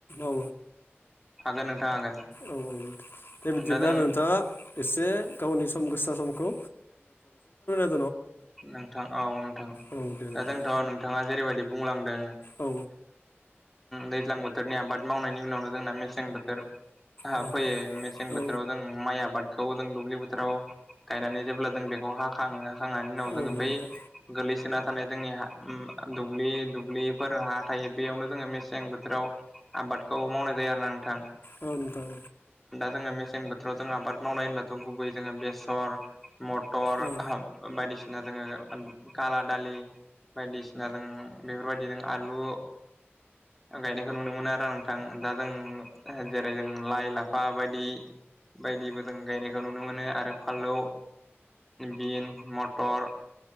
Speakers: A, on the left; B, in the centre.
A: औ
B: हागोन नोंथां हागोन
A: औ औ दे बिदिब्ला
B: दा जों
A: आरो नोंथाङा एसे गावनि सम गोसा समखौ <unintelligible>
B: नोंथां औ नोंथां
A: औ दे नोंथां
B: दा जोंथ' नोंथाङा जेरैबायदि बुंलांदों
A: औ
B: दैज्लां बोथोरनि आबाद मावनायनि उनावनो जोंना मेसें बोथोर।
A: औ
B: फैयो मेसें
A: औ
B: बोथोराव जों माइ आबाद। खौ जों दुब्लि बोथोराव गायनानै जेब्ला जों बेखौ हाखांङो हाखांना। उनाव जोंङो
A: औ
B: बै
A: नोंथां
B: गोलैसोना। थानाय जोंनि दुब्लि दुब्लिफोर हा थायो बेयावनो जोंङो मेसें बोथोराव आबाद‌ आबादखौ मावनाय जायो आरो ना नोंथां।
A: औ नोंथां।
B: जोंङो मेसें बोथोराव जों आबाद मावनाय होनबाथ गुबैयै जोंङो बेसर मटर
A: औ
B: बायदिसिना जोंङो काला दालि। बायदिसिना जों बेफोरबायदि जों आलु गायनायखौ नुनो मोनो आरो नोंथां दा जों जेरै जों लाइ-लाफा बायदि बायदिबो जों गायनायखौ नुनो मोनो आरो फालौ बिन म टर